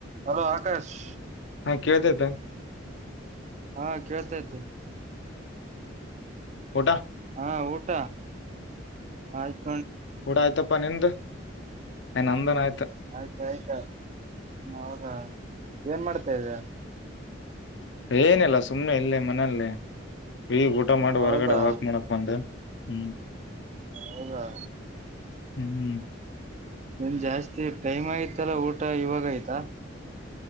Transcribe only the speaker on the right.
Hello Akash.
ಹಾ ಕೇಳ್ತಾ ಇದ್ದ.
ಹಾ ಊಟ ಆಯ್ತ.
ಆಯ್ತ ಆಯ್ತಾ ಹದಾ ಏನ್ ಮಾಡ್ತೇ ಇದ.
ಹೌದಾ
ಹೌದಾ.
ನನ್ ಜಾಸ್ತಿ ಟೈಮ್ ಆಯತಲ್ಲ ಊಟ ಇವಾಗ ಆಯ್ತಾ